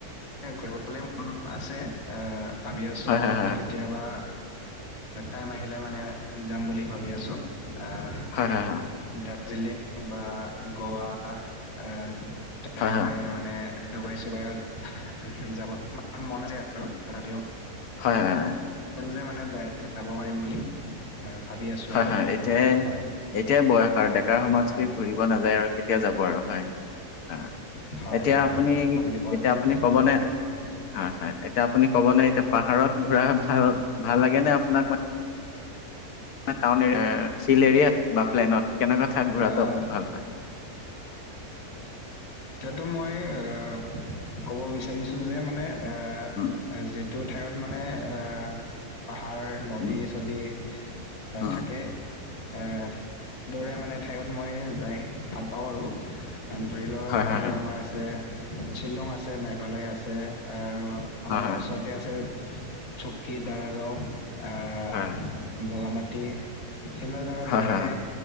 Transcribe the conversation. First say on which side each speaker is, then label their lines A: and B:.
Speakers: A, on the left; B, on the left.
A: ঘূৰিবলে মন আছে, আহ ভাবি আছোঁ মনত
B: হয় হয় হয় হয় হয় হয়
A: কেতিয়াবা টাইম আহিলে মানে যাম বুলি ভাবি আছোঁ। আহ
B: হয় হয়
A: দাৰ্জিলিং বা গোৱা আহ তেনেদৰে,
B: হয়
A: মানে ডুবাই চুবাইত যাব মন আছে আৰু তথাপিও
B: হয় হয় হয়
A: যে মানে ডাইৰেক্ট যাব পাৰিম বুলি। আহ, ভাবি আছো
B: হয়,
A: আৰু
B: হয়। এতিয়া,
A: হয়
B: এতিয়াই বয়স আৰু ডেকাৰ সময়ত
A: হয়
B: যদি ঘুৰিব নাযায় আৰু কেতিয়া যাব। বৰ আৰু হয় আহ
A: হয়
B: এতিয়া
A: হয়
B: আপুনি
A: কোৱাটো
B: এতিয়া, আপুনি ক'বনে
A: হয়
B: হয়, হয়। এতিয়া, আপুনি ক'বনে এতিয়া পাহাৰত ঘূৰা ভাল, ভাল লাগে নে আপোনাক মানে টাউন এৰিয়া, শিল এৰিয়াত বা প্লেনত কেনেকুৱা ঠাইত ঘূৰাটো
A: আহ,
B: আপুনি ভাল পায়? <inaudible>
A: এতিয়াতো মই আহ, কব বিচাৰিছো যে মানে আ,
B: উম
A: যিটো ঠাইত মানে আ পাহাৰ নদী-চদী
B: উম
A: আহ
B: উম
A: থাকে এহ, দৰে মানে ঠাইত মই যাই ভাল পাওঁ আৰু। ধৰি লও
B: হয়
A: এইফালে
B: হয়
A: আমাৰ আছে, শ্বিলং আছে, মেঘালয় আছে আৰু
B: হয়
A: আমাৰ
B: হয়
A: ওচৰতে আছে চুকী, দাৰাগাঁও, আহ,
B: হয়
A: বগামাাটি সেইবিলাক জাগাত
B: হয়
A: যাই
B: হয়
A: কিনে,
B: হয়